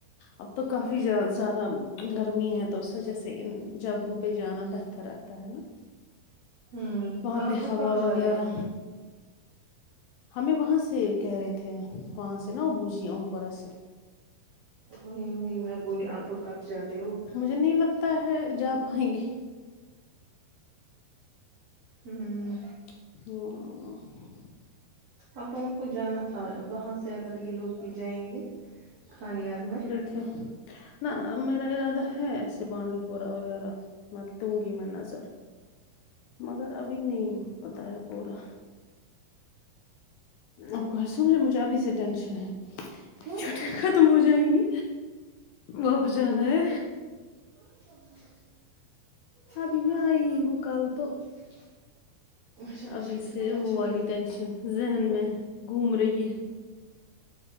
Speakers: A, on the left; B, on the right.
A: اب تو کافی زیادہ گرمی ہے تو اس وجہ سے ان جگہوں پہ جانا بہتر رہتا ہے نا
B: ہمم
A: وہاں
B: آپ
A: پہ ہوا
B: کب جا
A: وغیرہ
B: رہے ہو
A: ہمیں وہاں سے کہہ رہے تھے وہاں سے نا ابوجے اوم پورہ سے
B: وہی وہی میں بولی آپو کب جا رہے ہو
A: مجے نہیں لگتا ہے جا پائیں گے
B: ہمم
A: <inaudible>
B: اب ان کو جانا تھا وہاں سے اگر یہ لوگ بھی جائیں گے کھانیار میں
A: <inaudible> نہ میرا ارادہ ہے ایسے بانڈی پورہ وغیرہ مںت دوں گی میں نظر مگر ابھی نہیں پتا ہے پورا آپ کو ایا سمجھ میں مجھے ابھی سے ٹینشن ہے کہ
B: کیوں
A: چھٹیاں ختم ہو جائیں گی واپس جانا ہے
B: <inaudible>
A: ابھی میں آئی ہوں کل تو
B: اچھا اچھا
A: ابھی سے
B: ٹھیک
A: وہ
B: اچھا
A: والی
B: کیا
A: ٹینشن ذہن میں گھوم رہی ہے